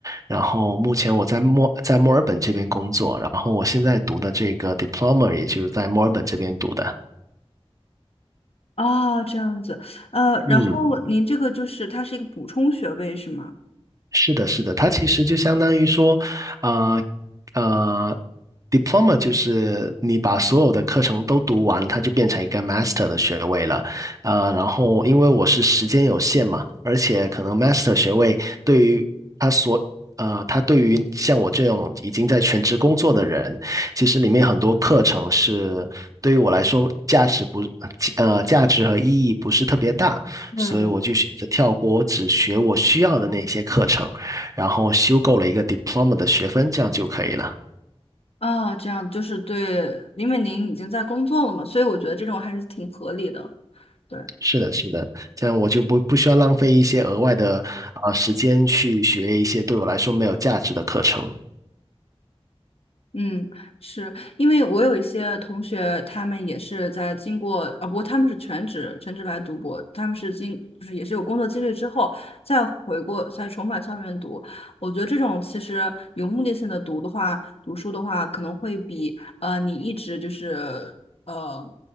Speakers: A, on the right (about 35°); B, on the left (about 70°).
A: 然后目前我在墨在墨尔本这边工作，然后我现在读的这个 diploma 也就在墨尔本这边读的。
B: 哦，这样子，呃，然后您这个就是它是一个补充学位是吗？
A: 嗯，是的，是的，它其实就相当于说，呃呃，diploma 就是你把所有的课程都读完，它就变成一个 master 的学位了。呃，然后因为我是时间有限嘛，而且可能 master 学位对于他所呃，他对于像我这种已经在全职工作的人，其实里面很多课程是对于我来说价值不呃价值和意义不是特别大。
B: 对对
A: 所以我就选择跳过，我只学我需要的那些课程，然后修够了一个 diploma 的学分，这样就可以了。
B: 啊，这样就是对，因为您已经在工作了嘛，所以我觉得这种还是挺合理的。对，
A: 是的，是的，这样我就不不需要浪费一些额外的啊、呃时间去学一些对我来说没有价值的课程。
B: 嗯，是因为我有一些同学，他们也是在经过啊，不过他们是全职全职来读博，他们是经就是也是有工作经历之后再回过再重返校园读。我觉得这种其实有目的性的读的话，读书的话，可能会比呃你一直就是呃